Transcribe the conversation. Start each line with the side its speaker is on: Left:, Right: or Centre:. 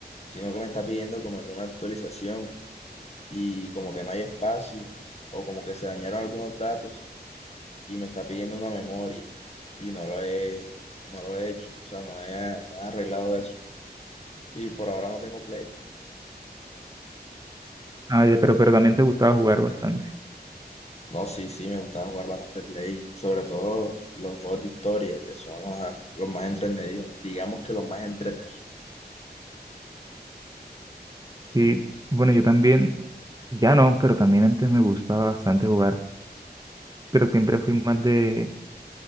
Left: sino que me está pidiendo como que una actualización y como que no hay espacio o como que se dañaron algunos datos y me está pidiendo una memoria y no lo he, no lo he hecho, o sea, no he, no he arreglado eso y por ahora no tengo Play.
Right: Ah, ya, pero pero también te gustaba jugar bastante.
Left: No, sí, sí, me gusta jugar bastante Play, sobre todo los juegos de historia que son ajá, los más entretenidos, digamos que los más entretenidos.
Right: Sí, bueno, yo también, ya no, pero también antes me gustaba bastante jugar. pero siempre fui más de,